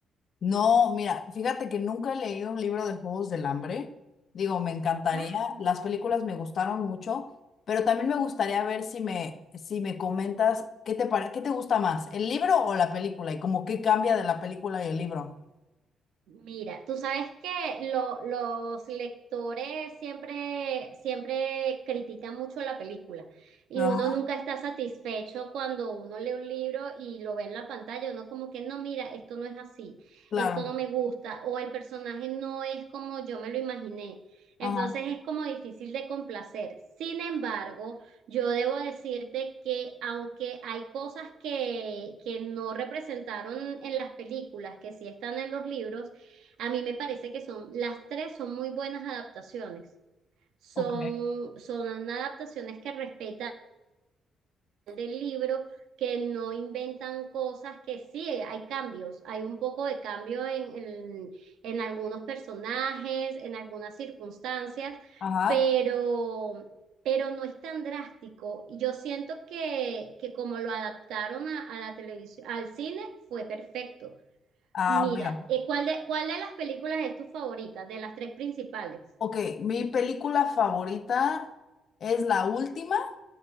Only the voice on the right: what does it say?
Ah.
Mira, tú sabes que lo- los lectores siempre, siempre critican mucho la película y
uno nunca está satisfecho cuando uno lee un libro y lo ve en la pantalla, uno como que no, mira, esto no es así,
esto no me gusta o el personaje no es como yo me lo imaginé.
Entonces es como difícil de complacer. Sin embargo, yo debo decirte que aunque hay cosas que, que no representaron en las películas, que sí están en los libros, a mí me parece que son, las tres son muy buenas adaptaciones. Son,
son adaptaciones que respetan del libro, que no inventan cosas, que sí, hay cambios, hay un poco de cambio en, en, en algunos personajes, en algunas circunstancias,
pero, pero no es tan drástico. Y Yo siento que, que como lo adaptaron a, a la televisión, al cine, fue perfecto.
Mira,
eh, ¿cuál de, cuál de las películas es tu favorita? De las tres principales.